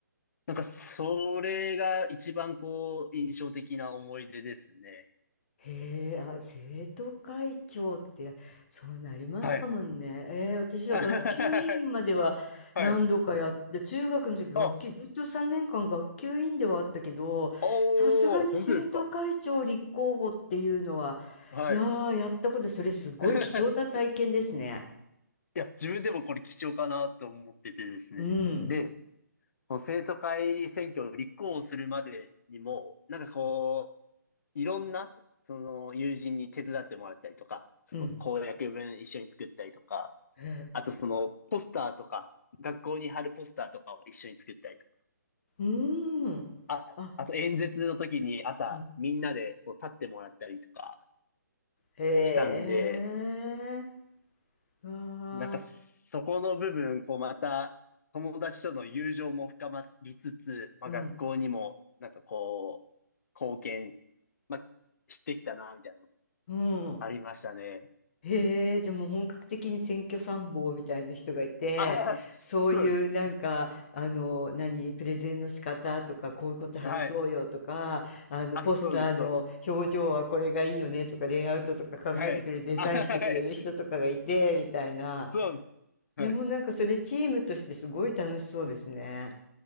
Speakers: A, on the left; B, on the left.
A: なんか、それが一番こう、印象的な思い出ですね。
B: へえ、あ、生徒会長って、そうなりましたもんね。
A: はい。
B: えー私は学級委員までは何度かやって、
A: <laughs> はい。
B: 中学の時学級、
A: あ、
B: ずっと3年間学級委員ではあったけど、
A: おー、
B: さすがに生徒会長立候補っていうのは、
A: 本当ですかはい。
B: いやー、やったことで、それすごい貴重な体験ですね。
A: <laughs> いや、自分でもこれ貴重かなと思っててですね。
B: うん、
A: で、この生徒会選挙を立候補するまでにも、なんかこう、いろんな、その友人に手伝ってもらったりとか、その公約文一緒に作ったりとか、
B: うん、へえ、
A: あとそのポスターとか、学校に貼るポスターとかを一緒に作ったりとか、
B: うーん、
A: あ、
B: あ、
A: あと演説の時に朝みんなでこう立ってもらったりとか
B: うん、へえ、
A: したんで、
B: わ
A: なんかそこの部分、こうまた友達との友情も深まりつつ、まあ、
B: ー、うん、
A: 学校にもなんかこう、貢献、まあ、してきたな、みたいなの
B: うん。
A: ありましたね。
B: へえ、じゃあもう本格的に選挙参謀みたいな人がいて、
A: あ、そうです。
B: そういうなんか、あの、何、プレゼンの仕方とか、こういうこと話そうよとか、
A: はい。
B: あの、
A: あ、
B: ポスターの表情はこれがいいよねとか、
A: そうです、そうです。
B: レイアウトとか考えてくれる、
A: はい。
B: デザインしてくれる人とかがいて、
A: あ、はい。
B: みたいな。
A: そうです。はい。
B: いや、もうなんかそれチームとしてすごい楽しそうですね。
A: い